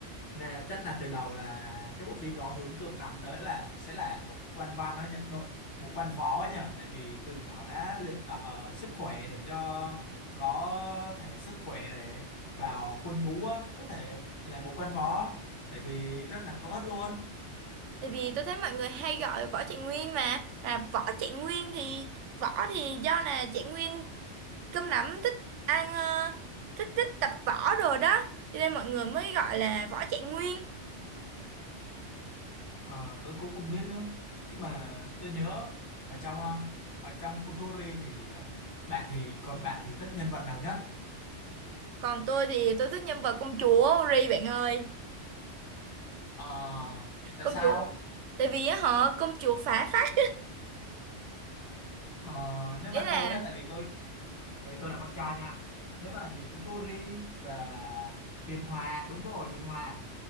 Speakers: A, on the left; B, on the right.
A: nè chắc là từ đầu là cái bộ phim đó hướng cơm nắm tới là sẽ là một quan văn đó nhỉ lộ một quan võ ấy nhỉ tại vì từ nhỏ đã luyện tập ờ, sức khỏe để cho có thể sức khỏe để vào quân ngũ á có thể là một quan võ tại vì rất là có ích luôn
B: Tại vì tôi thấy mọi người hay gọi Võ Trạng Nguyên mà là Võ Trạng Nguyên thì Võ thì do là Trạng Nguyên cơm nắm thích ăn ờ, thích thích tập võ rồi đó cho nên mọi người mới gọi là Võ Trạng Nguyên
A: À, tôi cũng không biết nữa nhưng mà tôi nhớ ở trong ờ, ở trong Kochori thì ờ, bạn thì còn bạn thì thích nhân vật nào nhất
B: còn tôi thì tôi thích nhân vật công chúa Ri bạn ơi
A: Ờ, tại
B: công
A: sao
B: chúa tại vì á họ công chúa phá phách
A: Ờ, nếu
B: nghĩa
A: mà
B: là
A: tôi á tại vì tôi tại vì tôi là con trai nha nếu mà nhìn Kochori và Hiền Hòa đúng rồi Hiền Hòa